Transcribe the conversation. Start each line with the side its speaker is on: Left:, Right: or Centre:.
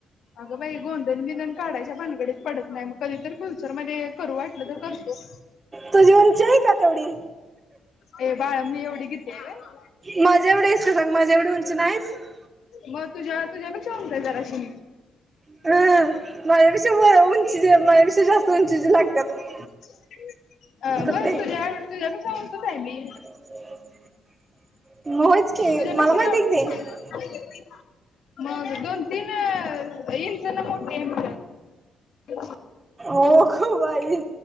Left: अगं बाई गोंधन विंदन काढायच्या भानगडीत पडत नाही मग कधी तर फ्युचर मध्ये करू वाटलं तर करतो
Right: तुझी उंची आहे का तेवढी
Left: ए बाळा मी एवढी गीती आहे व्हय
Right: माझा एवढी आहेस का सांग माझा एवढी उंची नाही का
Left: मग तूझ्या तूझ्यापेक्षा उंच आहे जराशी मी
Right: ह माझ्यापेक्ष्या उंची जे माझ्यापेक्ष्या जास्त उंचीचेे लागतात.
Left: अ
Right: कुत्ते
Left: बस तुझ्या आ तुझ्यापेक्षा उंचच आहे मी
Right: <inaudible> मग होयच की
Left: तुझ्यापेक्षा
Right: मला माहिती कि ते
Left: <inaudible> मग दोन, तीन इंच न मोठी आहे मग मी
Right: अगं बाई